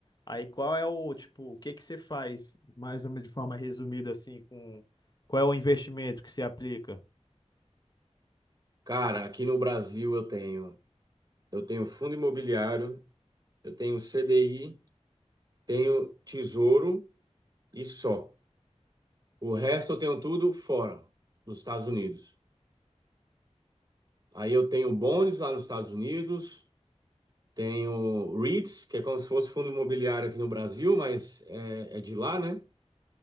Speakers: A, on the left; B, on the right.
A: Aí qual é o, tipo, o que que você faz, mais ou menos de forma resumida, assim, com qual é o investimento que você aplica?
B: Cara, aqui no Brasil eu tenho, eu tenho fundo imobiliário, eu tenho CDI, tenho tesouro e só. O resto eu tenho tudo fora, nos Estados Unidos. Aí eu tenho bonds lá nos Estados Unidos, tenho REITs, que é como se fosse fundo imobiliário aqui no Brasil, mas é, é de lá, né?